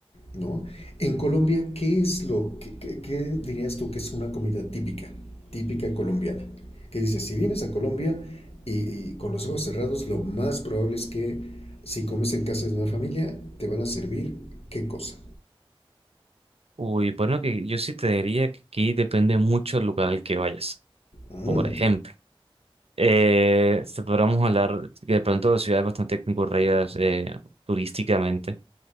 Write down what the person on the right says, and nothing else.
Uy, bueno, que yo sí te diría que aquí depende mucho del lugar al que vayas.
Por ejemplo, eh, te podríamos hablar que de pronto de ciudades bastante concurridas eh, turísticamente.